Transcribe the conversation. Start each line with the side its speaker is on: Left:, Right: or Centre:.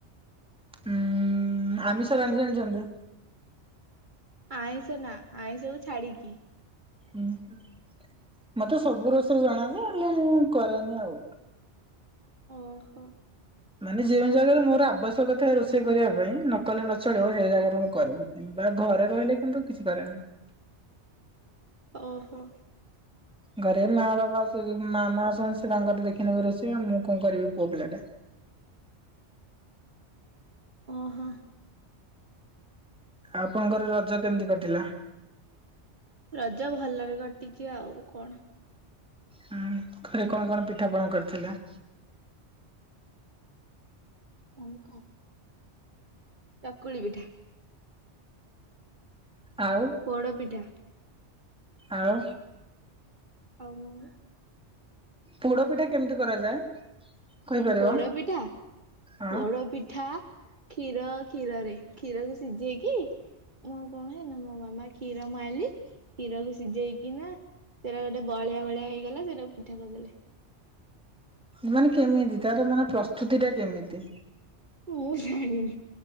Centre: ଉଁ ଆମିଷ ରାନ୍ଧି ଜାଣିଚନ୍ତି?
Right: ଆଇଁଷ ନା ଆଇଁଷକୁୁ ଛାଡିକି।
Centre: ଉଁ ମତେ ସବୁ ରୋଷେ ଜଣା ଯେ ହେଲେ ମୁଁ କରେନି ଆଉ।
Right: ଓହୋ।
Centre: ମାନେ ଯେଉଁ ଜାଗାରେ ମୋର ଆବଶ୍ୟକତା ରୋଷେଇ କରିବା ପାଇଁ ନ କଲେ ନ ଚଳିବ ସେଇ ଜାଗାରେ ମୁଁ କରିବି। ବେଳେ ଘରେ ରହିଲେ କିନ୍ତୁ କିଛି କରେନାହିଁ।
Right: ଓହୋ।
Centre: ଘରେ ମା ବାପା ସେ ଯୋ ମାମା ଅଛନ୍ତି ସେ ତାଙ୍କର ଦେଖିନେବେ ରୋଷେଇ ଆଉ ମୁଁ କଣ କରିବି ପୁଅ ପିଲାଟା।
Right: ଓହଁ।
Centre: ଆପଣଙ୍କର ରଜ କେମିତି କଟିଲା?
Right: ରଜ ଭଲରେ କଟିଚି ଆଉ କଣ?
Centre: ହୁଁ ଘରେ କଣ କଣ ପିଠା ପଣା କରିଥିଲ?
Right: ରମ୍ କ? ଚକୁଳି ପିଠା।
Centre: ଆଉ।
Right: ପୋଡପିଠା।
Centre: ଆଉ।
Right: ଆଉ ମୋମୋ।
Centre: ପୋଡ ପିଠା କେମତି କରାଯାଏ। କହିପାରିବ?
Right: ପୋଡପିଠା
Centre: ହଁ
Right: ପୋଡପିଠା କ୍ଷୀର କ୍ଷୀରରେ କ୍ଷୀରକୁୁ ସିଜେଇକି ମୁଁ କଣ ହେନା ମୋ ମାମା କ୍ଷୀର ମୁଁ ଆଣଲି। କ୍ଷୀରକୁ ସିଜେଇକିନା ସେଇରା ଗୋଟେ ବହଳିଆ ବହଳିଆ ହେଇଗଲା ସେଇରାକୁ ପିଠା କରିଦେଲେ।
Centre: ମାନେ କେମିତି ତାର ମାନେ ପ୍ରସ୍ତୁତିଟା କେମିତି।
Right: ମୁଁ ଜାଣିିନି।